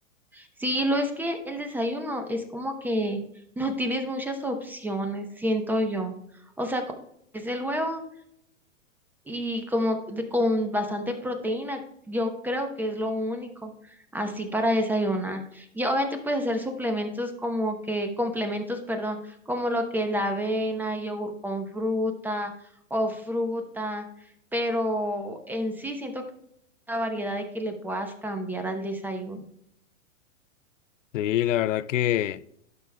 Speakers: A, in the centre; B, on the left (about 70°).
A: sí, lo es que el desayuno es como que no tienes muchas opciones, siento yo. O sea, como es el huevo y como de- con bastante proteína, yo creo que es lo único así para desayunar. Y obviamente puedes hacer suplementos como que, complementos, perdón, como lo que es la avena, yogur con fruta o fruta, pero en sí siento que la variedad de que le puedas cambiar al desayuno.
B: Sí, la verdad que...